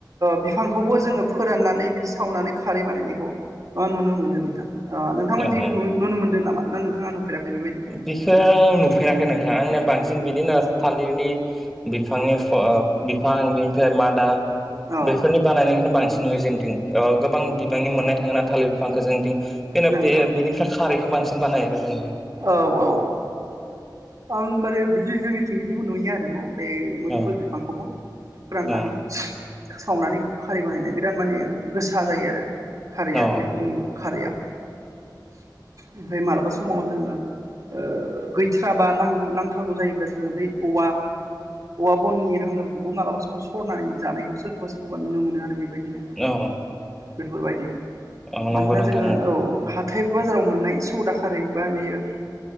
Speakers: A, on the right (about 50°); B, in the centre.
A: बिफांखौबो जोङो फोराननानै बिदि सावनानै खारै बानायनायखौ अ नुनो मोनो नोंथाङा नोंथांमोनथिं
B: औ औ
A: नुनो मोनदों नामा ना नोंथाङा नुफेराखै बेबायदि
B: बिसोर आ नुफेराखै नोंथां आंनिया बांसिन बिदिनो थालिरनि बिफांनि बिफां बेनिफ्राय मादा
A: औ
B: बेफोरनि बानायनायखौनो बांसिन नुयो जोंनि थिं गोबां बिबांनि मोननाय थाङोना थालिर बिफांखौ जेनदों बेन'
A: नंगौ
B: बे बेनिफ्राय खारैखौ बांसिन बानाय आरो जों
A: औ औ आं माने बिदि जोंनिथिं बिदिबो नुयो आरोना बे मुदुफुल
B: औ
A: बिफांखौबो फोराननानै
B: औ
A: सावनानै बेखौ खारै बानायनाय बिराद माने गोसा जायो आरो खारैया
B: औ
A: बेफोरनि खारैया ओमफ्राय मालाबा समाव जोङो ओ बै बा नां नांथारगौ जायोब्ला जोङो बै औवा औवा बननि हांगारखौबो मालाबा समाव सरनानै जानायखौ सोरखौबा सोरखौबा नुनो मोनो आरो बेबायदिनो
B: औ
A: बेफोरबायदि
B: औ नंगौ
A: मानोना
B: नोंथां
A: जोङो
B: नंगौ
A: औ हाथाय बाजाराव मोननाय सदा खारै बा बेयो